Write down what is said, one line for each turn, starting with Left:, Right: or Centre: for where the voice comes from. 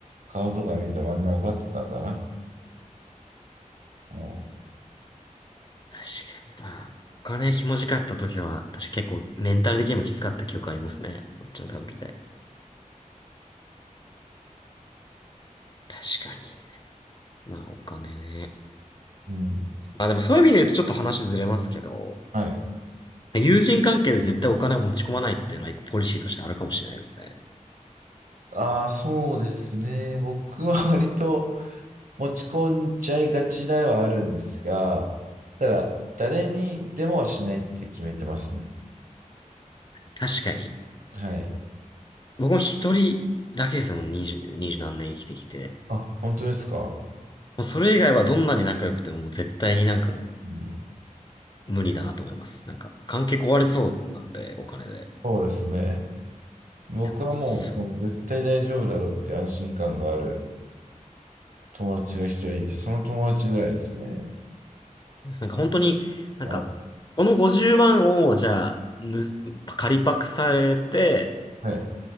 Right: 顔とか見てあんな分かってたから。も
Left: 確かに、まあ、お金ひもじかった時は、確か結構メンタル的にもきつかった記憶ありますね。こっちのダブルで。確かに。まあ、お金ね。
Right: う、うん、
Left: まあでもそういう意味で言うとちょっと話ずれますけど、
Right: はい。
Left: 友人関係で絶対お金を持ち込まないっていうのは一個ポリシーとしてあるかもしれないですね。
Right: ああ、そうですね。僕は割と持ち込んじゃいがちではあるんですが、ただ、誰にでもはしないって決めてますね。
Left: 確かに。
Right: はい。
Left: 僕も一人だけですもん、二十、二十何年生きてきて。
Right: あ、本当ですか。
Left: もうそれ以外はどんなに仲良くてももう絶対になんかも
Right: うん、
Left: う無理だなと思います。なんか関係壊れそうなんで、お金で。
Right: そうですね。僕はもう、
Left: やっぱそう、
Right: もう絶対大丈夫だろうっていう安心感がある友達が一人いて、その友達ぐらいですね。
Left: そうです。なんか本当に、なんか、
Right: はい。
Left: この50万をじゃあ、ぬ、借りパクされて、
Right: はい。